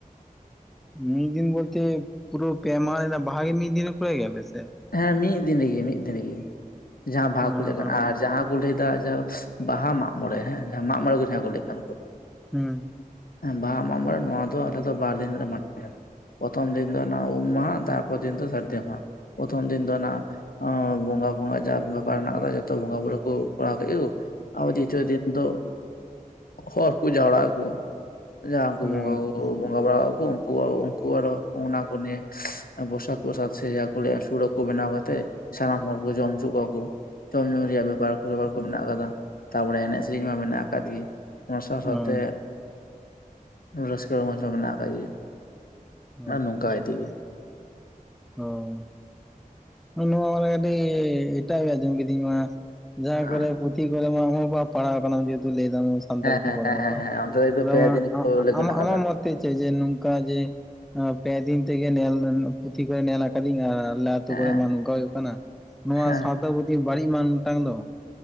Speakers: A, in the centre; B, on the left.
A: ᱢᱤᱫ ᱫᱤᱱ ᱵᱚᱞᱛᱮ ᱯᱩᱨᱟᱹ ᱯᱮ ᱢᱟᱦᱟ ᱨᱮᱱᱟᱜ ᱵᱟᱦᱟ ᱜᱮ ᱢᱤᱫ ᱫᱤᱱ ᱨᱮ ᱠᱚᱨᱟᱣ ᱜᱮᱭᱟ ᱯᱮ‌‌ ᱥᱮ ᱪᱮᱫ?
B: ᱦᱮᱸ ᱢᱤᱫ ᱫᱤᱱ ᱨᱮᱜᱮ ᱢᱤᱫ ᱫᱤᱱ ᱨᱮᱜᱮ ᱡᱟᱦᱟᱸ ᱵᱟᱦᱟ ᱠᱚ
A: ᱚ
B: ᱞᱟᱹᱭᱟᱜ ᱠᱟᱱᱟ ᱟᱨ ᱡᱟᱦᱟᱸ ᱠᱚ ᱞᱟᱹᱭ ᱮᱫᱟ ᱡᱟᱦᱟ ᱵᱟᱦᱟ ᱢᱟᱜᱽᱢᱚᱬᱮ ᱦᱮᱸ ᱡᱟᱦᱟᱸ ᱢᱟᱜᱽ ᱢᱚᱬᱮ ᱠᱚ ᱞᱟᱹᱭᱮᱫ ᱠᱟᱱ ᱠᱚᱼᱼ
A: ᱦᱩᱸ᱾
B: ᱵᱟᱦᱟ ᱢᱟᱜᱽ ᱢᱚᱬᱮ ᱱᱚᱣᱟ ᱫᱚ ᱟᱞᱮ ᱫᱚ ᱵᱟᱨ ᱫᱤᱱ ᱞᱮ ᱢᱟᱱᱟᱣ ᱟᱞᱮ᱾ ᱯᱨᱚᱛᱷᱚᱢ ᱫᱤᱱ ᱫᱚ ᱱᱚᱣᱟ ᱩᱢ ᱢᱟᱦᱟ ᱛᱟᱨᱯᱚᱨ ᱫᱤᱱ ᱫᱚ ᱥᱟᱹᱨᱫᱤ ᱢᱟᱦᱟ ᱯᱨᱚᱛᱷᱚᱢ ᱫᱤᱱ ᱫᱚ ᱚᱱᱟᱼᱼ ᱵᱚᱸᱜᱟ ᱯᱷᱚᱸᱜᱟ ᱡᱟᱛ ᱵᱮᱯᱟᱨ ᱢᱮᱱᱟᱜ ᱠᱟᱫᱟ ᱡᱚᱛᱚ ᱵᱚᱸᱜᱟ ᱵᱩᱨᱩ ᱠᱚ ᱠᱚᱨᱟᱣ ᱠᱮᱫ ᱜᱮ ᱠᱚ᱾ ᱟᱵᱚ ᱫᱤᱛᱤᱭᱚ ᱫᱤᱱ ᱫᱚ ᱦᱚᱨ ᱠᱚ ᱡᱟᱣᱨᱟᱜ ᱟᱠᱚ᱾ ᱡᱟᱦᱟᱸᱠᱚ
A: ᱟᱪᱪᱷᱟ
B: ᱵᱚᱸᱜᱟ ᱵᱩᱨᱩ ᱵᱚᱱᱼᱼ ᱵᱚᱸᱜᱟ ᱵᱟᱲᱟᱣᱟᱠᱚ ᱩᱱᱠᱩ ᱟᱨᱚ ᱚᱱᱟ ᱠᱚ ᱱᱤᱭᱚᱹ <unintelligible> <unintelligible> ᱥᱮ ᱪᱮᱫ ᱠᱚ ᱞᱮᱭᱟ ᱥᱩᱲᱟᱹ ᱠᱚ ᱵᱮᱱᱟᱣ ᱠᱟᱛᱮᱫ ᱥᱟᱱᱟᱢ ᱦᱚᱲ ᱠᱚ ᱡᱚᱢ ᱦᱚᱪᱚ ᱠᱚᱣᱟ ᱠᱚ᱾ ᱡᱚᱢ ᱧᱩ ᱨᱮᱭᱟᱜ ᱵᱮᱯᱟᱨ ᱵᱮᱯᱟᱨ ᱠᱚ ᱢᱮᱱᱟᱜ ᱠᱟᱫᱟ ᱛᱟᱨᱯᱚᱨᱮ ᱮᱱᱮᱡ ᱥᱮᱨᱮᱧ ᱢᱟ ᱢᱮᱱᱟᱜ ᱟᱠᱟᱫ ᱜᱮ᱾ ᱚᱱᱟ ᱥᱟᱶ
A: ᱟᱪᱪᱷᱟ
B: ᱥᱟᱶᱛᱮ ᱨᱟᱹᱥᱠᱟᱹ ᱨᱚᱢᱚᱡᱽ ᱦᱚᱸ ᱢᱮᱱᱟᱜ ᱟᱠᱟᱫ ᱜᱮ᱾
A: ᱟᱪᱪᱷᱟ
B: ᱟᱨ ᱱᱚᱝᱠᱟ ᱠᱟᱭ ᱛᱮᱜᱮ
A: ᱚᱼᱼ ᱱᱚᱣᱟ ᱵᱚᱞᱮ ᱠᱟᱴᱤᱡ ᱮᱴᱟᱜ ᱜᱮ ᱟᱡᱚᱢ ᱠᱤᱫᱟᱹᱧ ᱱᱚᱣᱟ ᱡᱟᱸᱦᱟ
B: ᱦᱮᱸ
A: ᱠᱚᱨᱮᱼᱼ ᱠᱚᱨᱮ ᱢᱟ <unintelligible> ᱯᱟᱲᱦᱟᱣ ᱠᱟᱱᱟᱢ ᱡᱩᱫᱤᱼᱼ ᱞᱟᱹᱭ ᱫᱟᱢ ᱥᱟᱱᱛᱟᱲᱤ ᱛᱮ
B: ᱦᱮᱸ
A: ᱯᱟᱲᱦᱟᱣ
B: ᱦᱮᱸ ᱦᱮᱸ
A: ᱠᱟᱱᱟᱢ
B: ᱦᱮᱸ ᱚᱱᱛᱮ ᱫᱚ
A: ᱟᱫᱚ
B: ᱯᱮ ᱫᱤᱱ ᱞᱟᱹᱜᱤᱫ
A: ᱟᱢ
B: ᱢᱮᱱᱟᱜ
A: ᱟᱢᱟᱜ
B: ᱠᱟᱫᱟ
A: ᱢᱚᱛ ᱛᱮ ᱪᱮᱫ ᱡᱮ ᱡᱮ ᱱᱚᱝᱠᱟ ᱡᱮ ᱯᱮ ᱫᱤᱱ ᱛᱮᱜᱮ ᱱᱮᱞ ᱯᱩᱛᱷᱤ ᱠᱚᱨᱮ ᱱᱮᱞ ᱠᱟᱫᱤᱧ ᱟᱨᱼᱼ ᱟᱹᱛᱩ
B: ᱦᱮᱸ
A: ᱠᱚᱨᱮ ᱢᱟ ᱱᱚᱝᱠᱟ ᱦᱳᱭᱳᱜ ᱠᱟᱱᱟ ᱱᱚᱣᱟ
B: ᱦᱮᱸ
A: ᱥᱟᱶᱛᱟ ᱯᱩᱛᱷᱤ ᱵᱟᱹᱲᱤᱡ ᱢᱟᱱ ᱢᱤᱫᱴᱟᱝ ᱫᱚᱼᱼ